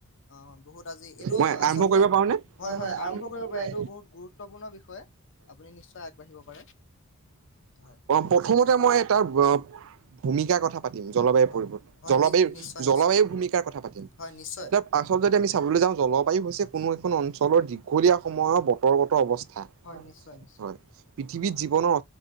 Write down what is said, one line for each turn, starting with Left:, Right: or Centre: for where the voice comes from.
Left: অ বহুত আজি এইটো
Right: মই
Left: আচলতে
Right: আৰম্ভ কৰিব <inaudible>
Left: হয় হয় আৰম্ভ
Right: হয়
Left: কৰিব পাৰে এইটো বহুত গুৰুত্বপূৰ্ণ বিষয় আপুনি নিশ্চয় আগবাঢ়িব পাৰে হয়
Right: প্ৰথমতে মই তাৰ ভূমিকাৰ কথা পাতিম জলবায়ু
Left: হয়
Right: পৰিব
Left: হয়
Right: জলবায়ু
Left: নি নিশ্চয়
Right: জলবায়ু
Left: নিশ্চয়
Right: ভূমিকাৰ কথা পাতিম
Left: হয় নিশ্চয়
Right: তাৰ পাছত যদি আমি চাবলৈ যাওঁ জলবায়ু হৈছে কোনো এখন অঞ্চলৰ যি দীঘলীয়া সময়ৰ বতৰগত অৱস্থা
Left: হয় নিশ্চয় নিশ্চয়
Right: হয় পৃথিৱীত জীৱনৰ